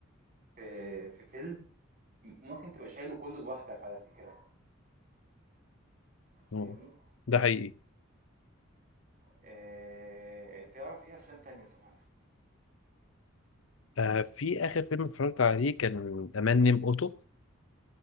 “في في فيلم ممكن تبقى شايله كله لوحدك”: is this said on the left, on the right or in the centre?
Right